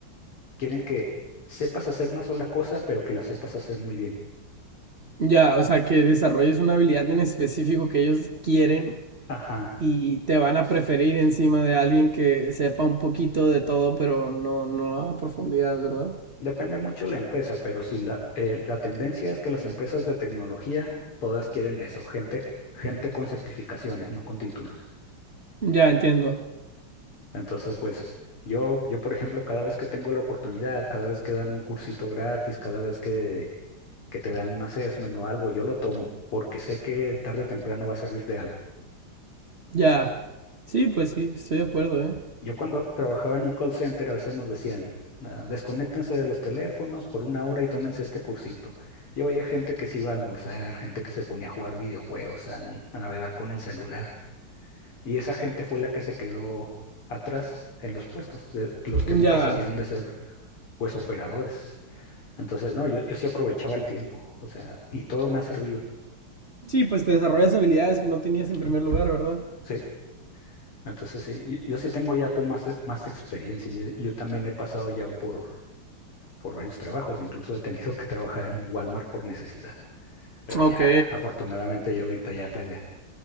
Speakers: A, on the left; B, on the right.
A: Quieren que sepas hacer una sola cosa, pero que la sepas hacer muy bien.
B: Ya, o sea, que desarrolles una habilidad en específico que ellos quieren
A: Ajá.
B: y te van a preferir encima de alguien que sepa un poquito de todo, pero no, no a profundidad, ¿verdad?
A: Depende mucho la empresa, pero sí la, eh, la tendencia es que las empresas de tecnología todas quieren eso, gente, gente con certificaciones, no con títulos.
B: Ya entiendo.
A: Entonces, pues yo, yo, por ejemplo, cada vez que tengo la oportunidad, cada vez que dan un cursito gratis, cada vez que, que te dan un assessment o algo, yo lo tomo porque sé que tarde o temprano va a servir de algo.
B: Ya. Sí, pues sí, estoy de acuerdo, ¿eh?
A: Yo cuando trabajaba en un call center a veces nos decían, "Ah, desconéctense de los teléfonos por una hora y tómense este cursito. Yo veía gente que se iba a almorzar, gente que se ponía a jugar videojuegos, a, n- a navegar con el celular. Y esa gente fue la que se quedó atrás en los puestos, de los que
B: Ya.
A: nunca salieron de ser pues operadores. Entonces, no, yo, yo sí aprovechaba el tiempo, o sea, y todo me ha servido,
B: Sí, pues te desarrollas habilidades que no tenías en primer lugar, ¿verdad?
A: sí. Entonces, sí, yo, yo sí tengo ya pues más, más experiencia. Yo, yo también he pasado ya por, por varios trabajos, incluso he tenido <laughs> que trabajar en un Walmart por necesidad, pero
B: Ok.
A: ya, afortunadamente ya ahorita ya pues ya,